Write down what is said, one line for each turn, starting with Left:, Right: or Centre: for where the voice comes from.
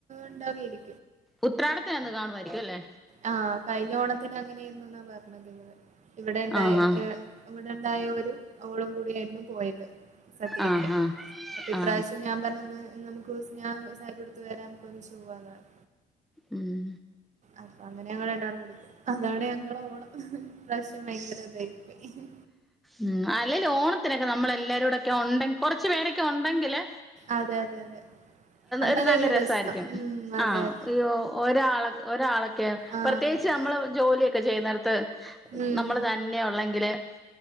Right: ഇണ്ടാവേരി
Centre: ഉത്രാടത്തിനന്ന് കാണുവാരിക്കും അല്ലേ
Right: ആഹ് കഴിഞ്ഞ ഓണത്തിന് അങ്ങനെന്നു ന്നാ പറഞ്ഞത് ഇവിടെ ഇണ്ടായ
Centre: ആ ആ
Right: ഏഹ് ഇവിടെണ്ടായ ഒരു ഓളും കൂടിയാരുന്നു പോയത് സദ്യയൊക്കെ
Centre: ആ ആ
Right: അപ്പൊ ഇപ്രാവശ്യം
Centre: ആ
Right: ഞാൻ പറഞ്ഞന്ന് നമുക്ക് ഒസ് ഞാ സാരിയുടുത്ത് വരാം നമുക്ക് ഒന്ന് പോവാന്ന് പറഞ്ഞ്
Centre: ഉം
Right: അപ്പൊ അങ്ങനെ ഞങ്ങ രണ്ടാറും കൂടെ പോം അതാണ് ഞങ്ങടെ ഓണം ഈ പ്രാശ്യംഭയങ്കരതായി <unintelligible>
Centre: ഉം അല്ലെൽ ഓണത്തിനൊക്കെ നമ്മളെല്ലാരൂടൊക്കെ ഒണ്ടെങ്കി കൊറ് ച്ച് പേരൊക്കെ ഒണ്ടങ്കില്
Right: അതെ അതെ- അതെ അന്നാലെ
Centre: ഒരു നല്ല രസായിരിക്കും
Right: രസം ഉം അതെ
Centre: ആ
Right: അതെ
Centre: യ്യോ ഒരാ ഒരാളേ- കെ
Right: ആഹ്
Centre: പ്രത്യേകിച്ച്
Right: അതെ
Centre: നമ്മള് ജോലിയൊക്കെ ചെയ്യുന്ന ത്ത്-
Right: ഉം
Centre: നമ്മള് തന്നെയൊള്ളെങ്കില്-